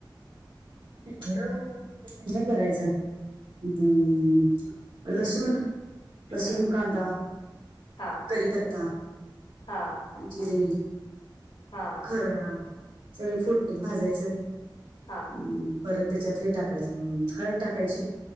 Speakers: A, on the right; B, on the left.
A: पिठलं <unintelligible> करायचं हम् लसुन लसूण
B: हम्म
A: कांदा
B: हा
A: कडीपत्ता
B: हा हा
A: जिरे
B: हा हा
A: खरडा सगळ फोडणीत भाजायचं
B: हा
A: हम् परत त्याच्यात हे टाकायचं हळद टाकायची